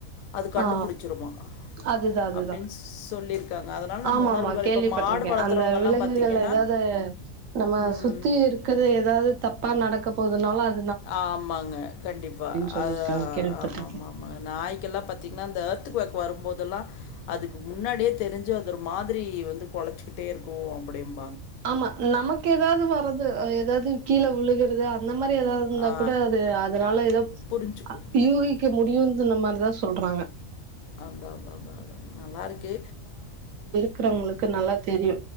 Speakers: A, on the left; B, on the right.
A: அது கண்டுபிடிச்சிருமா
B: ஆ அதுதா அதுதா
A: அப்படின்னு சொல்லியிருக்காங்க அதனால் நம்ம
B: ஆமா
A: உணர்வுகள்
B: ஆமா கேள்விப்பட்ருக்கே
A: இப்போ மாடு வளர்த்துறவங்கெல்லாம்
B: அந்த விலங்குகள்ல
A: பார்த்தீங்கன்னா
B: ஏதாவ்து நம்ம
A: ம்,
B: சுத்தி இருக்குற ஏதாவ்து தப் பா நடக்க போதுனாலு அ
A: ஆமாங்க கண்டிப்பா
B: சொல்லியிருக்காங்க
A: அதா
B: கேள்விப்பட்டிருக்கே
A: ஆமா ஆமா ஆமா நாய்க்கெல்லா பாத் தீங்னா அந்த எர்த்து க்வாக் வரும்போதெல்லா அதுக்கு முன்னாடியே தெரிஞ்சி அதொரு மாதிரி வந்து கொலச்சிக்கிட்டே இருக்கு அப்டிம்
B: ஆமா நமக்கு ஏதாவ்து வர்றது ஏதாவ்து கீழ உழுகுறது அந்த த மாரி ஏதாவ்து இருந்தா
A: ஆ
B: கூட அது அதனால ஏதோ
A: புரிஞ்சுக்கும்.
B: அ யூகிக்க முடியு <unintelligible> சொல்றாங்க
A: அதா அதா அதா அதா நல்லாருக்கு
B: க்குறவங்களுக்கு நல்லா தெரியு